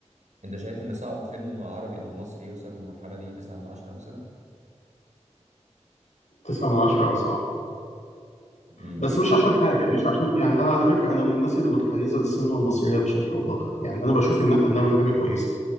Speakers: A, on the right; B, on the left.
A: انت شايف ان صعب فيلم عربي او مصري يوصل للمرحله دي 9 من 10 مثلا
B: تسعة من عشرة اه صعب
A: امم
B: بس مش عشان حاجه مش عشان يعني انا على فكره انا من الناس اللي متحيزه للسينما المصريه بشكل او باخر يعني انا بشوف ان احنا بنعمل حاجه كويسه